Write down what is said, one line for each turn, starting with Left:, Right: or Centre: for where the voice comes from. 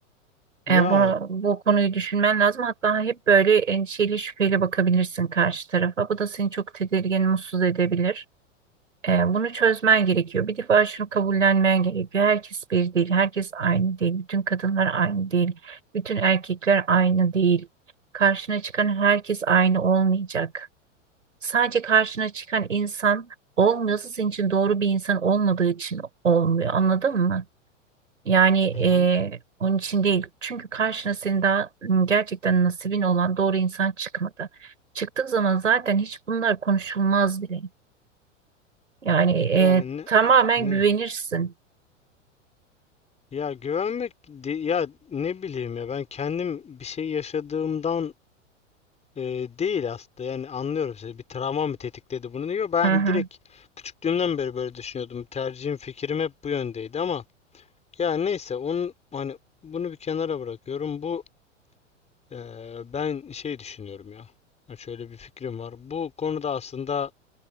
Left: Ya
Right: Yani bunu, bu konuyu düşünmen lazım. Hatta hep böyle endişeli, şüpheyle bakabilirsin karşı tarafa. Bu da seni çok tedirgin, mutsuz edebilir. E, bunu çözmen gerekiyor. Bir defa şunu kabullenmen gerekiyor. Herkes bir değil, herkes aynı değil. Bütün kadınlar aynı değil, bütün erkekler aynı değil. Karşına çıkan herkes aynı olmayacak. Sadece karşına çıkan insan olmuyorsa senin için doğru bir insan olmadığı için olmuyor. Anladın mı? Yani
Left: Hı
Right: e, onun için değil. Çünkü karşına senin daha m, gerçekten nasibin olan doğru insan çıkmadı. Çıktığı zaman zaten hiç bunlar konuşulmaz bile. Yani e,
Left: ya ne
Right: tamamen
Left: ne
Right: güvenirsin.
Left: ya güvenmek de- ya ne bileyim ya ben kendim bir şey yaşadığımdan e, değil aslında yani anlıyorum sizi bir travma mı tetikledi bunu diyor ben
Right: Hı hı.
Left: direkt küçüklüğümden beri böyle düşünüyordum tercihim fikrim hep bu yöndeydi ama ya neyse onun hani bunu bir kenara bırakıyorum bu e, ben şey düşünüyorum ya Ha, şöyle bir fikrim var bu konuda aslında